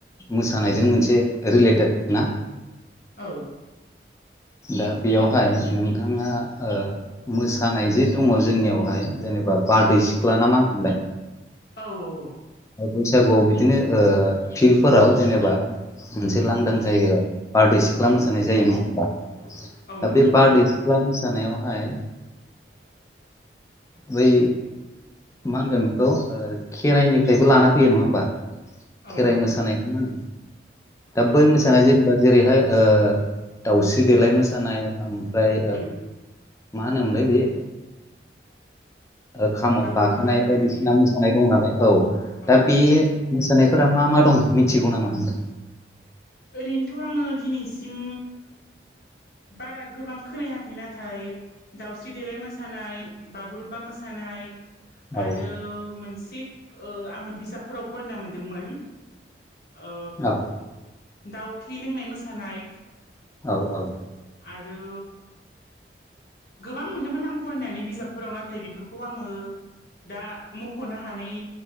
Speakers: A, on the left; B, on the left.
A: मोसानायजों मोनसे रलेटेड ना
B: औ
A: दा बेयावहाय नोंथाङा ओ मोसानाय जे दङ जोंनियावहाय। जेनेबा बारदै
B: औ
A: सिख्ला नामा होनलाय?
B: औ औ औ
A: बैसागुआव बिदिनो फिल्डफोराव जेनेबा मोनसे
B: उम
A: लांदां जायगायाव बारदै सिख्ला
B: उम
A: मोसानाय जायो नङा होमबा
B: औ
A: दा
B: नंगौ
A: बे बारदै सिख्ला। सिख्ला मोसानायावहाय। बै मा होनगोन बेखौ खेराइनि फ्रायबो लाना फैयो नङा होमबा
B: औ
A: खेराइ
B: औ
A: मोसानाय नङा दा
B: औ
A: बै मोसानाया जेनेबा जेरैहाय। दाउस्रि देलाय मोसानाय ओमफ्राय
B: उम
A: मा होनोमोनलाय बे खामाव
B: बागुरुम्बायाबो
A: गाखोनाय बायदिसिना
B: गोलैयो
A: मोसानाय दं नालाय औ
B: औ
A: दा बे
B: औ
A: मोसानाय। फोरफोरा मा मा दं मिथिगौ नामा नोंथां।
B: ओरैनोथ' आङो दिनैसिम बारा गोबां खोनायाखै नाथाय दाउस्रि देलाय मोसानाय, बागुरुम्बा मोसानाय नाय
A: औ
B: आरो मोनसे ओ आङो बिजाबफोराव फरायना मोनदोंमोन। ओ
A: औ!
B: दाउ थै लोंनाय मोसानाय।
A: औ औ।
B: आरो गोबां मोनदोंमोन आं फरायनानै बिजाबफोराव नाथाय बेफोरखौ आङो दा मख'नो हानाय